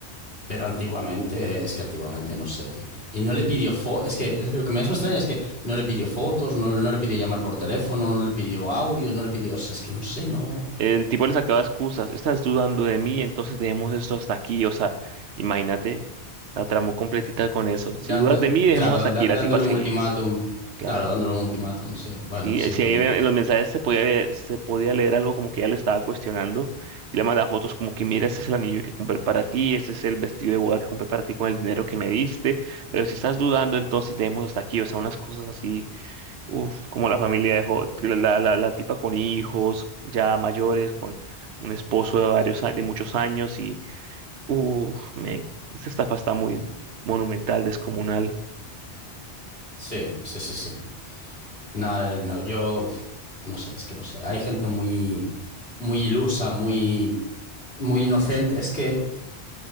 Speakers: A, on the left; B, on the right.
A: pero antiguamente, es que antiguamente no sé, tío. Y no le pidió fo, es que lo que más me extraña es que no le pidió fotos, no, no le pidió llamar por teléfono, no le pidió audios, no le pidió, o sea, es que no sé, no.
B: El tipo le sacaba excusas, estás dudando de mí, entonces dejemos esto hasta aquí, o sea, imagínate, la tramó completita con eso.
A: Dando-
B: Si dudas de mí, dejemos
A: claro,
B: hasta
A: dando-
B: aquí,
A: dándole
B: la tipa seguía,
A: un ultimátum,
B: claro.
A: claro, dándole un ultimátum, sí, bueno,
B: Sí,
A: sí,
B: sí,
A: tiene,
B: ahí había- en los mensajes se podía ver- se podía leer algo como que ella lo estaba cuestionando y le mandaba fotos como que mira, este es el anillo que compré para ti, este es el vestido de boda que compré para ti con el dinero que me diste, pero si estás dudando, entonces dejemos hasta aquí, o sea, unas cosas así, uf, como la familia dejó, la, la, la tipa con hijos ya mayores, con un esposo de varios, a- de muchos años y, uff, men, esta estafa está muy monumental, descomunal.
A: sí, sí, sí, sí. Nada, no, yo no sé, es que no sé. Hay gente muy, muy ilusa, muy, muy inocente. Es que